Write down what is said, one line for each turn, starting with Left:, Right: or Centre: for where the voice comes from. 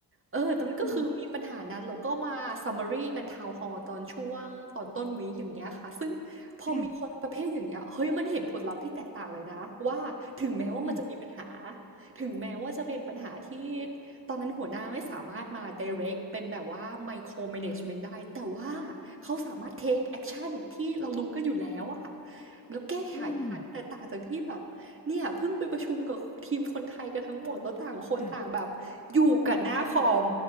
Right: เออแต่มันก็คือมีปัญหานั้นแล้วก็มา
Left: อืม
Right: summary กัน Town Hall ตอนช่วงตอนต้นวีคอย่างเงี้ยค่ะซึ่งพอมีคนประเภทอย่างเงี้ยเฮ้ยมันเห็นผลลัพธ์ที่แตกต่างเลยนะว่าถึงแม้ว่ามันจะมีปัญหา
Left: ค่ะอืม
Right: ถึงแม้ว่าจะเป็นปัญหาที่ตอนนั้นหัวหน้าไม่สามารถมา direct เป็นแบบว่า micro management ได้แต่ว่าเขาสามารถ take action ที่เรารู้กันอยู่แล้วอะ แล้วแก้ไขทันแต่ต่างจากที่แบบเนี่ยเพิ่งไปประชุมกับทีมคนไทยกันทั้งหมดแล้วต่างคนต่างแบบอยู่กับหน้าคอม
Left: อืมค่ะ